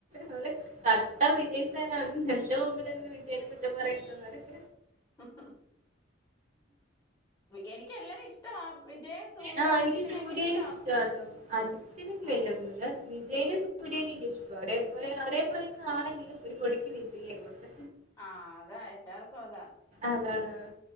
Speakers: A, on the right; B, on the left.
A: അവര് കട്ട വിജയി ഫാനാ എന്റെ മുമ്പിൽ <unintelligible>
B: ഹ ഹ എനിക്കെല്ലാരേം ഇഷ്ടാ വിജയൻ സൂര്യ
A: ആഹ് എനിക്ക്
B: അജിത്തിനെയൊക്കെ
A: സൂര്യനെ
B: ഇഷ്ടാ
A: ഇഷ്ടാട്ടോ അജിത്തിനെ എനിക്ക്
B: ആ
A: വലിയ ഇതൊന്നുല്ല വിജയിനെ സൂര്യനെ എനിക്കിഷ്ടാ ഒരേ പോലൊക്കെ ആണെങ്കിലും ഒരു പൊടിക്ക് വിജയിനെയാണ്
B: ആ അതാ എല്ലാർക്കും അതാ
A: അതാണ്